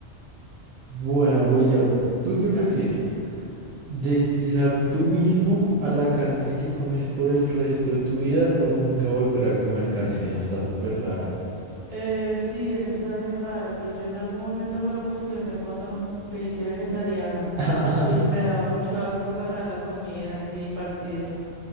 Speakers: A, on the right; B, on the right.
A: Bueno, voy yo. ¿Tú qué prefieres?
B: dale.
A: ¿Despiezar tú mismo a la carne que comes por el resto de tu vida o nunca volver a comer carne? Esa está súper rara.
B: Eh, sí, esa está bien rara, pero yo en algún momento me lo cuestioné cuando me hice vegetariana
A: <laughs>
B: y me daba mucho asco agarrar la comida así y partirla.